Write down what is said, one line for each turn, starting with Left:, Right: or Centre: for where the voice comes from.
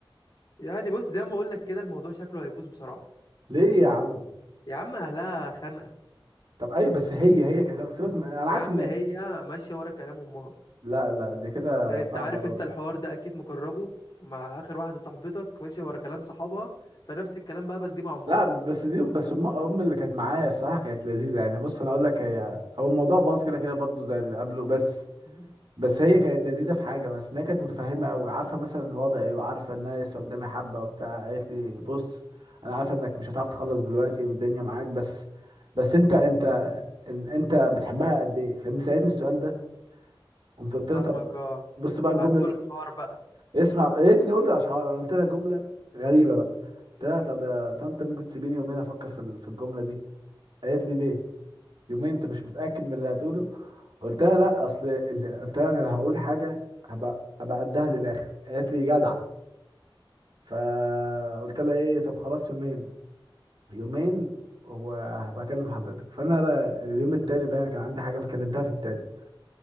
Left: يعني بص زي ما بقول لك كده الموضوع شكله هيبوظ بصراحة
Right: ليه يا عم
Left: يا عم اهلها خانقة
Right: طب ايوه بس هي هي كشخص سيبك من... انا عارف
Left: يا عم
Right: ان
Left: هي ماشية ورا كلام امها
Right: لا لا دي كده
Left: يعني
Right: صعبة
Left: انت عارف
Right: قوي
Left: انت الحوار ده اكيد مجربه مع اخر واحدة صاحبتك ماشية ورا كلام صحابها فنفس الكلام بقى بس دي مع امها
Right: لا بس دي بس ام أم اللي كانت معايا الصراحة كانت لذيذة يعني بص انا اقول لك هي هو الموضوع باظ كده كده برضو زي اللي قبله بس
Left: مم.
Right: بس هي كانت لذيذه في حاجه بس ان هي كانت متفهمه قوي عارفه مثلا وضعي وعارفه ان انا لسه قدامي حبه وبتاع قالت لي بص انا عارفه انك مش هتعرف تخلص دلوقتي والدنيا معاك بس بس انت انت ان- انت بتحبها قد ايه فاهم سالتني السؤال ده قمت قلت لها
Left: فاهمك
Right: طب
Left: اه
Right: بص بقى الجمله
Left: قعدت تقول اشعار بقى
Right: اسمع يا ريتني قلت اشعار انا قلت لها جمله غريبه بقى قلت
Left: قول
Right: لها طب يا طنط ممكن تسيبيني يومين افكر في ال- في الجمله دي قالت لي ليه يومين انت مش متاكد من اللي هتقوله قلت لها لا اصل اللي قلت لها انا لو هقول حاجه هبقى ابقى قدها للاخر قالت لي جدع فقلت لها ايه طب خلاص يومين يومين وهبقى اكلم حضرتك فانا را- اليوم التاني باين كان عندي حاجه فكلمتها في التالت